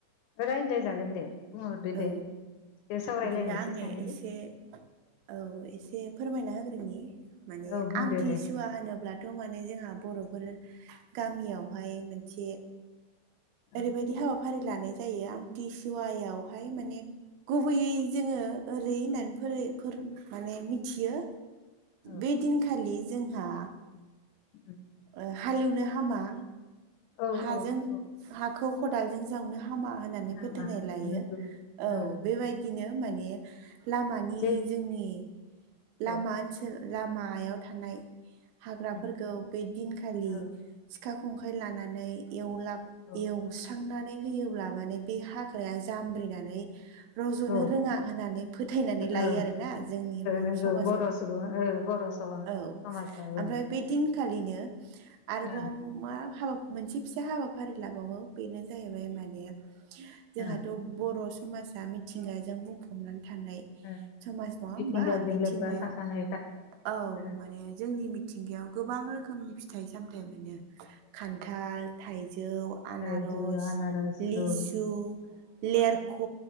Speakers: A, on the left; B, on the right.
A: रायज्लायजागोन दे। बुंहरदो
B: औ
A: दे एसे सावरायलायनोसै
B: बिदिब्ला आंनो
A: सानैदो
B: एसे औ एसे फोरमायना होग्रोनि माने
A: औ बुंदो
B: आमथिसुवाया
A: दे
B: फानोब्लाथ' माने जोंहा बर'फोर गामियावहाय मोनसे
A: औ
B: ओरैबायदि हाबाफारि लानाय जायो आमथिशुवायावहाय माने। गुबैयै जोङो ओरै होननानै फोर माने मिथियो।
A: औ
B: बे दिनखालि जोंहा
A: <inaudible>
B: ओ हालएवनो हामा।
A: औ
B: हाजों
A: औ औ
B: हाखौ खदालजों जावनो हामा होननानै
A: हामा
B: फोथायनाय लायो
A: नंगौ
B: औ।
A: ओ
B: बेबादिनो माने लामानि
A: जे
B: जोंनि
A: औ
B: लामा
A: औ
B: ओनसोल। लामायाव थानाय हाग्राफोरखौ
A: औ
B: बे दिनखालि।
A: औ
B: सिखा खंखाइ लानानै एवलाब
A: ओ
B: एवस्रांनानै दानसारांनानै होब्ला माने बे हाग्राया जामब्रिनानै रज'नो
A: ओ
B: रोङा होननानै फोथायनानै लायो
A: ओ
B: आरोना जोंनि बर'
A: नंगौ
B: समाजाव।
A: सुबुं ओ बर' सुबुं
B: औ
A: समाजाव ओं
B: ओमफ्राय बे दिनखालिनो आरोबाव
A: ओं
B: मा हाबाया मोनसे फिसा हाबाफारि लाबावो बेनो जाहैबाय माने जोंहा
A: ओं
B: बर' समाजा मिथिंगाजों बुंफबनानै थानाय
A: ओं
B: समाज
A: ओं
B: नङा होनबा
A: मिथिंगाजों
B: मिथिंगायाव
A: लोब्बा थाखानायखा
B: औ
A: ओ
B: माने जोंनि मिथिं मिथिंगायाव गोबां रोखोमनि फिथाइ सामथाय मोनो। खानथाल, थाइजौ, आनारस,
A: थाइजौ आनारस
B: लिसु
A: औ
B: लेरख'
A: ओ